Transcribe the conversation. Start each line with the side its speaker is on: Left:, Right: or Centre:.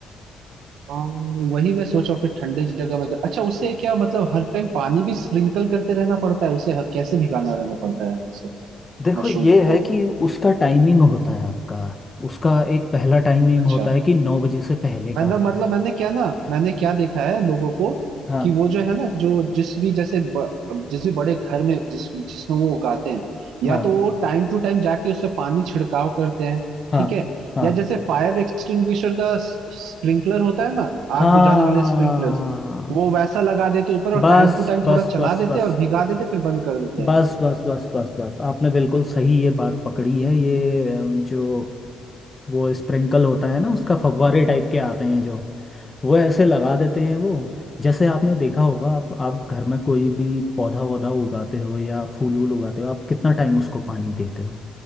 Right: हाँ, वही मैं सोच रहा हूँ फिर ठंडे जगह में कर... अच्छा उससे क्या मतलब हर टाइम पानी भी स्प्रिंकल करते रहना पड़ता है उसे ह- कैसे भिगाना रहना पड़ता है उसे
Left: देखो
Right: मशरूम
Left: ये है
Right: को
Left: कि उसका टाइमिंग होता है आपका उसका एक पहला टाइमिंग
Right: अच्छा
Left: होता है कि नौ बजे से पहले का
Right: मतलब मतलब मैंने क्या ना मैंने क्या देखा है लोगों को
Left: हाँ
Right: कि वो जो है ना जो जिस भी जैसे ब, जिस भी बड़े घर में जिस जिसमें वो उगाते हैं या
Left: हाँ
Right: तो वो टाइम टू टाइम जाके उससे पानी छिड़काव करते हैं
Left: हाँ
Right: ठीक है
Left: हाँ
Right: या जैसे फायर एक्सटिंग्विशर का स्प्रिंकलर होता है ना
Left: हाँ
Right: आग बुझाने वाले स्प्रिंकलर्स वो वैसा लगा देते ऊपर और
Left: बस
Right: टाइम टू टाइम
Left: बस
Right: थोड़ा चला
Left: बस
Right: देते
Left: बस
Right: हैं और भिगा देते फिर बंद कर देते हैं
Left: बस बस बस बस बस आपने बिल्कुल सही ये बात पकड़ी है ये अ, जो वो स्प्रिंकल होता है ना उसका फव्वारे टाइप के आते हैं जो वो ऐसे लगा देते हैं वो जैसे आपने देखा होगा आप आप घर में कोई भी पौधा वौधा उगाते हो या फूल वूल उगाते हो आप कितना टाइम उसको पानी देते हो